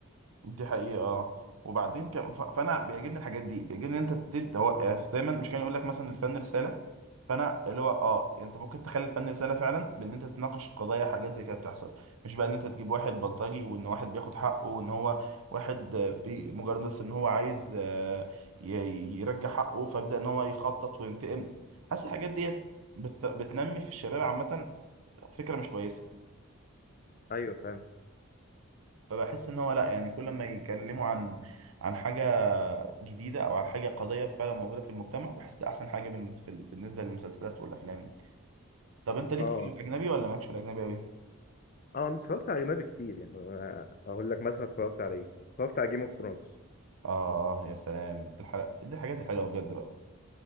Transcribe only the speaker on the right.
دي حقيقة آه. وبعدين كم ف- فانا بيعجبني الحاجات دي بيعجبني ان انت تت- هو- يعني دايما مش كان يقول لك مثلا الفن رسالة فانا اللي هو اه انت ممكن تخلي الفن رسالة فعلا بان انت تناقش قضايا حاجات زي كده بتحصل مش بقى ان انت تجيب واحد بلطجي وان واحد بياخد حقه وان هو واحد آه، بي مجرد بس ان هو عايز آه، ي- يرجع حقه فيبدأ ان هو يخطط وينتقم حاسس الحاجات ديت بت- بتنمي في الشباب عامة فكرة مش كويسة
فبحس ان هو لا يعني كل ما يتكلموا عن عن حاجه جديده او عن حاجه قضيه فعلا موجوده في المجتمع بحس ده احسن حاجه بالنسبه في ال- بالنسبه للمسلسلات والافلام يعني طب انت ليك
في الاجنبي ولا مالكش في الاجنبي قوي
اه يا سلام الحلقه دي الحاجات الحلوه بجد بقى